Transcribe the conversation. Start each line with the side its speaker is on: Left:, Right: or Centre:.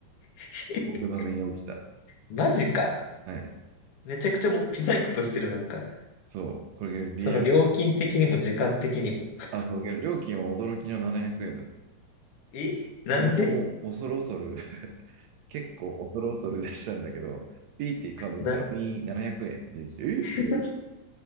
Left: <laughs>
Right: 僕の身に起きた。
Left: マジか。
Right: はい。
Left: めちゃくちゃもったいないことしてる、なんか。
Right: そう、これリアル、
Left: その料金的にも時間的にも。
Right: あ、そう、けど料金は驚きの700円だった。
Left: えなんで
Right: 俺ももう恐る恐る <laughs> 結構恐る恐る出したんだけど、ピーってカード見たら、
Left: なんで
Right: みー700円って出てきて、えみたいな。
Left: <laughs>